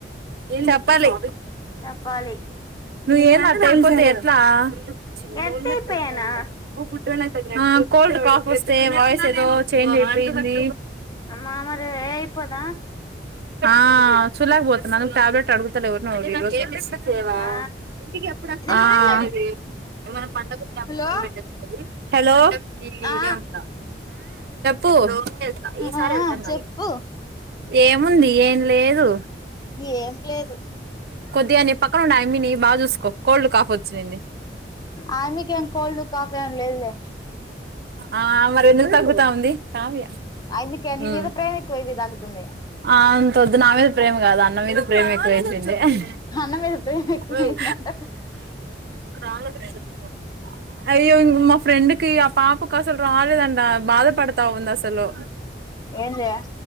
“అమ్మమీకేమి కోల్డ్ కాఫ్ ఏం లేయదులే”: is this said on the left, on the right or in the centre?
Left